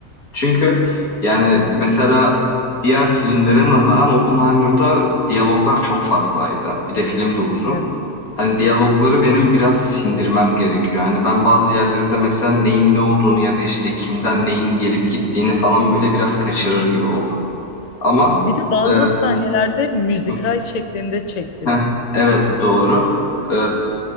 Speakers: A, on the left; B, on the left.
A: Çünkü yani mesela diğer filmlere nazaran Oppenheimer'da diyaloglar çok fazlaydı. Bir de film de uzun.
B: Evet.
A: Hani diyalogları benim biraz sindirmem gerekiyor. Hani ben bazı yerlerinde mesela neyin ne olduğunu ya da işte kimden neyin gelip gittiğini falan böyle biraz kaçırır gibi oldum. Ama
B: Bir de bazı
A: e,
B: sahnelerde müzikal
A: <laughs>
B: şeklinde çektiler.
A: heh, evet doğru. E,